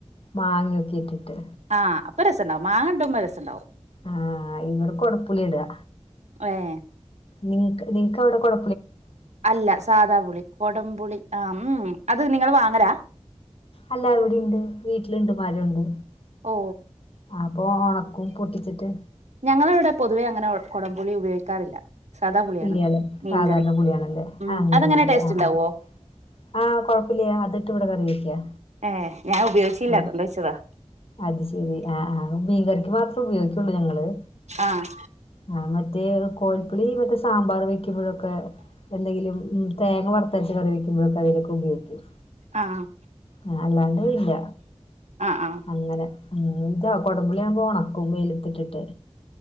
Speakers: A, on the left; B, on the right.
A: മാങ്ങ്യൊക്കെ ഇട്ടിട്ട്
B: ആഹ് അപ്പ രസണ്ടാവും മാങ്ങ ഇടുമ്പോ രസണ്ടാവും
A: ആഹ് ഇവടെ കൊട്പ്പുളിയാ ഇടാ
B: ഏഹ്
A: നിൻക്ക് നിൻക്കവടെ കൊട
B: അല്ല സാദാപുളി കൊടംപുളി ആഹ് ഉം അത് നിങ്ങള് വാങ്ങലാ
A: അല്ല ഇവടെയിണ്ട് വീട്ടില്ണ്ട് മരുണ്ട്
B: ഓ
A: അപ്പൊ ഒണ ക്കും പൊട്ടിച്ചിട്ട്
B: ഞങ്ങളെ ഇവടെ പൊതുവെ അങ്ങനെ കൊടംപുളി ഉപയോഗിക്കാറില്ല സാദാ പുളിയാണ്
A: ഇല്ല്യാല്ലേ
B: മീൻ
A: സാധാരണ
B: കറി
A: പുളിയാണല്ലേ
B: ഉം
A: അങ്ങനെയാണല്ലേ
B: അതെങ്ങനെ ടേസ്റ്റ്
A: ആഹ്
B: ഇണ്ടാവോ
A: ആഹ് ആഹ് കൊഴപ്പല്ല്യാ അതിട്ട് ഇവടെ കറിവെക്ക്യാ
B: ഏഹ് ഞാൻ ഉപയോഗിച്ചില്ല
A: ആഹ്
B: അതോണ്ട് ചോയ്ച്ചതാ
A: അത് ശരി ആഹ് ആഹ് മീൻകറിക്ക് മാത്രേ ഉപയോഗിക്കോള്ളു ഞങ്ങള്
B: ആഹ്
A: ആഹ് മറ്റേ കോൽപ്പുളി വിത്ത് സാമ്പാർ വെക്ക്യുമ്പോഴൊക്കെ എന്തെങ്കിലും ഉം തേങ്ങ വർത്തരച്ച് കറി വെക്ക്യുമ്പോഴക്കെ അതിലൊക്കെ ഉപയോയിക്കും
B: ആഹ്
A: ഏഹ് അല്ലാണ്ട് ഇല്ല
B: ആഹ് ആഹ്
A: അങ്ങനെ ഉം ഇതോ കൊടുമ്പുളിയാവുമ്പോ ഒണക്കും വെയിലത്തിട്ടിട്ട്